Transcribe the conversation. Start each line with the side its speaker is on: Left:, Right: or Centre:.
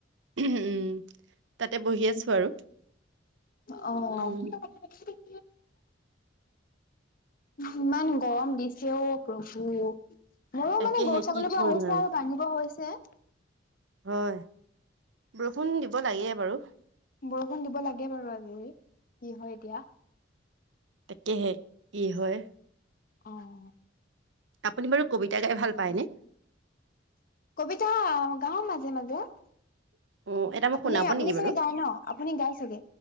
Right: উম! তাতে বহি আছোঁ আৰু।
Left: অ'! <unintelligible>
Right: উম
Left: ইমান গৰম দিছে অ'! প্ৰভু। মোৰো
Right: তাকেহে
Left: মানে, গৰু ছাগলীবোৰ
Right: কি কৰিম
Left: আহিছে আৰু বান্ধিব হৈছে।
Right: হয়, বৰষুণ দিব লাগে বাৰু।
Left: বৰষুণ দিব লাগে বাৰু আজি-কালি হয় এতিয়া।
Right: তাকেহে কি হয়।
Left: অহ
Right: আপুনি বাৰু কবিতা গাই ভাল পায়নে?
Left: কবিতা গাও মাজে -মাজে।
Right: অ', এটা মোক
Left: আপুনি
Right: শুনাব
Left: -আপুনি
Right: নেকি
Left: চাগে
Right: বাৰু?
Left: গায় ন আপুনি গাই চাগে?